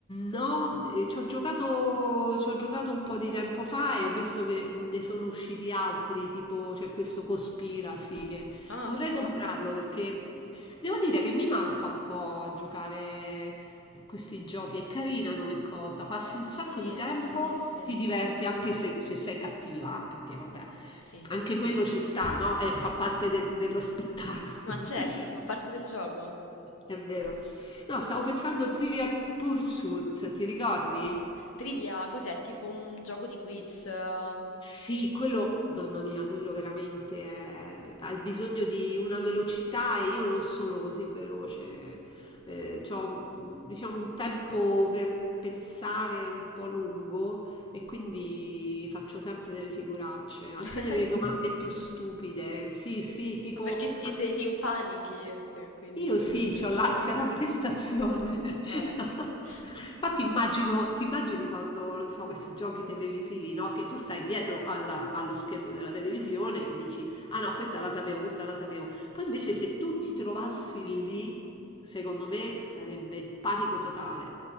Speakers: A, on the left (about 25°); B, on the left (about 70°).
A: No, eh, ci ho giocato, ci ho giocato un po' di tempo fa e ho visto che ne sono usciti altri, tipo c'è questo Cospiracy che
B: Ah,
A: vorrei comprarlo perché devo dire che mi manca un po' giocare questi giochi. È carina come cosa, passi un sacco
B: sì,
A: di tempo,
B: sì, sì, sì,
A: ti diverti anche se, se sei cattiva, perché vabbè,
B: sì.
A: anche quello ci
B: sì.
A: sta,
B: <laughs>
A: no? E fa parte de- dello spettacolo,
B: Ma certo,
A: <laughs> diciamo.
B: fa parte del gioco.
A: È vero. No, stavo pensando a Trivial Pursuit, ti ricordi?
B: Trivia, cos'è? Tipo un gioco di quiz. eh.
A: Sì, quello, mamma mia, quello veramente è... hai bisogno di una velocità e io non sono così veloce. Eh, c'ho, diciamo, un tempo per pensare un po' lungo e quindi faccio sempre delle figuracce, anche
B: <laughs>
A: delle domande più stupide. Sì, sì, tipo
B: Ma perché ti
A: anche
B: sei,
A: le-
B: ti impanichi e quindi...
A: io sì,
B: <laughs>
A: ho l'ansia da prestazione.
B: Ah,
A: <laughs>
B: ok. <laughs>
A: Infatti immagino, ti immagini quando, non so, questi giochi televisivi, no? Che tu stai dietro alla- allo schermo della televisione e dici, ah no, questa la sapevo, questa la sapevo. Poi invece se tu ti trovassi lì, secondo me sarebbe il panico totale,